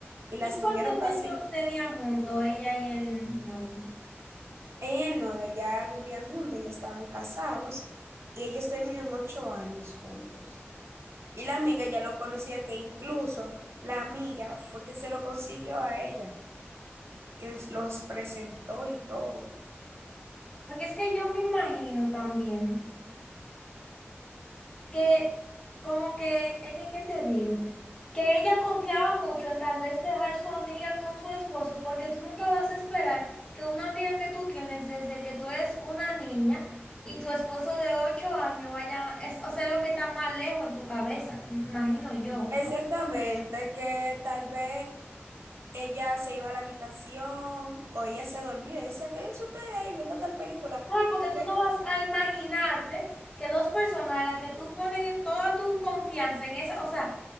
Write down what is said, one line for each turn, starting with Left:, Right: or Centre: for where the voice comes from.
Right: y
Left: ¿Y
Right: las
Left: cuántos
Right: tuvieron casi
Left: años tenían juntos ella y el novio?
Right: en el novio, ya vivían juntos, ya estaban casados y ellos tenían ocho años juntos. Y la amiga ya lo conocía, que incluso la amiga fue que se lo consiguió a ella, que los presentó y todo.
Left: Porque es que yo me imagino también. que como que, es que, ¿qué te digo? Que ella confiaba mucho en tal vez dejar su amiga con su esposo, porque tú nunca vas a esperar que una amiga que tú tienes desde que tú eres una niña y tu esposo de ocho años vaya, es, o sea, lo que está más lejos en tu cabeza, m- imagino yo.
Right: Exactamente, que tal vez ella se iba a la habitación o ella se dormía y decía, quédense ustedes ahí viendo tal película.
Left: Claro, porque
Right: ok
Left: tú no vas a imaginarte que dos personas a las que tú pones toda tu confianza en esa, o sea,